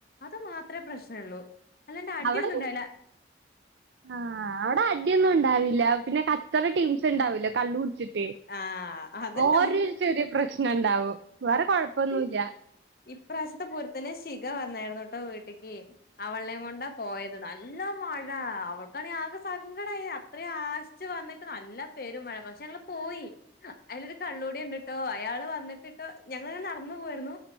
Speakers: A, on the left; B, on the right.
A: അത് മാത്രേ പ്രശ്നൊള്ളൂ അല്ലാണ്ട് അടിയൊന്നുംണ്ടായില്ല
B: അവിടെ ആഹ്, അവിടെ അടിയൊന്നും ഉണ്ടാവില്ല. പിന്നെ, കച്ചറ ടീംസ് ഉണ്ടാവില്ലേ? കള്ളു കുടിച്ചിട്ട് ട്ട്.
A: ആഹ് അത്ണ്ടാവും
B: ഓര്, ചെറിയ പ്രശ്നണ്ടാവും. വേറെ കൊഴപ്പൊന്നുല്ല.
A: ഇപ്രാവശ്യത്തെ പൂരത്തില് ശിഖ വന്നായിരുന്നുട്ടോ വീട്ടക്ക്, അവളേം കൊണ്ടാ പോയത്. നല്ല മഴ. അവൾക്കാണേ ആകെ സങ്കടായി, അത്രേം ആശിച്ച് വന്നിട്ട് നല്ല പെരും മഴ. പക്ഷെ, ഞങ്ങള് പോയി. അയ്ലൊരു കള്ളൂടേൻ ണ്ട്ട്ടോ, അയാള് വന്നിട്ട് ട്ട്, ഞങ്ങൾ നടന്നു പോവായിരുന്നു,